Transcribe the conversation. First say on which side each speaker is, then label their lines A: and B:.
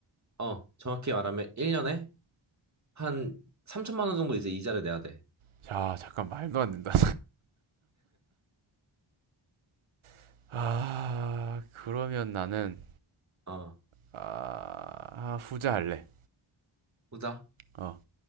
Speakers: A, on the right; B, on the right.
A: 어, 정확히 말하면 1년에 한 3천만 원 정도 이제 이자를 내야 돼.
B: 자, 잠깐 말도 안 된다. <laughs> 아, 그러면 나는
A: 어,
B: 아, 아, 후자 할래.
A: 후자.
B: 어,